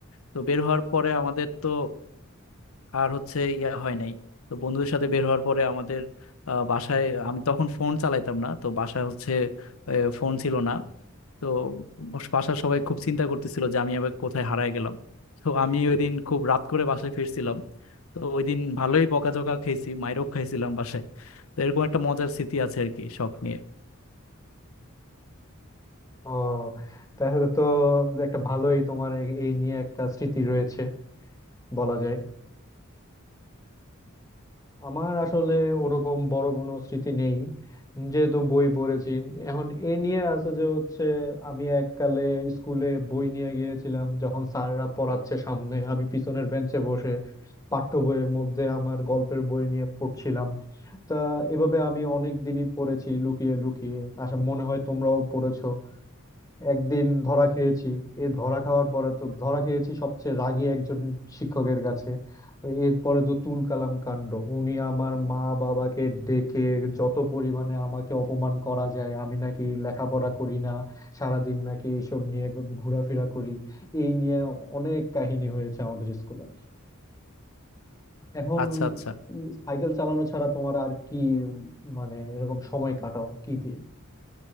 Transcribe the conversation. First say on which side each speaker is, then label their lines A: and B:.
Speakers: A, on the left (about 75°); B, on the left (about 15°).
A: তো বের হওয়ার পরে আমাদের তো আর হচ্ছে ইয়া হয় নাই তো বন্ধুদের সাথে বের হওয়ার পরে আমাদের আহ, বাসায় আমি তখন ফোন চালাইতাম না তো বাসায় হচ্ছে ফোন ছিল না তো বাসার সবাই খুব চিন্তা করতেছিল যে আমি আবার কোথায় হারায় গেলাম তো আমি ওই দিন খুব রাত করে বাসায় ফিরছিলাম তো ওই দিন ভালোই বকাঝকা খেয়েছি মাইরও খাইছিলাম বাসায় তো এরকম একটা মজার স্মৃতি আছে আর কি শখ নিয়ে
B: ও তাহলে তো একটা ভালোই তোমার এই এই নিয়ে একটা স্মৃতি রয়েছে বলা যায় আমার আসলে ওরকম বড় কোনো স্মৃতি নেই যেহেতু বই পড়েছি এখন এ নিয়ে আছে যে হচ্ছে আমি এককালে স্কুলে বই নিয়ে গিয়েছিলাম যখন স্যাররা পড়াচ্ছে সামনে আমি পিছনের বেঞ্চে বসে পাঠ্য বইয়ের মধ্যে আমার গল্পের বই নিয়ে পড়ছিলাম তা এভাবে আমি অনেক দিনই পড়েছি লুকিয়ে লুকিয়ে আশা মনে হয় তোমরাও পড়েছো একদিন ধরা খেয়েছি এই ধরা খাওয়ার পরে তো ধরা খেয়েছি সবচেয়ে রাগী একজন শিক্ষকের কাছে তো এরপরে তো তুল কালাম কাণ্ড উনি আমার মা বাবাকে ডেকে যত পরিমাণে আমাকে অপমান করা যায় আমি নাকি লেখাপড়া করি না সারাদিন নাকি এইসব নিয়ে ঘোরাফেরা করি এই নিয়ে অনেক কাহিনী হয়েছে আমাদের স্কুলে এখন
A: আচ্ছা আচ্ছা
B: ই- সাইকেল চালানো ছাড়া তোমার আর কি উম, মানে এরকম সময় কাটাও কি দিয়ে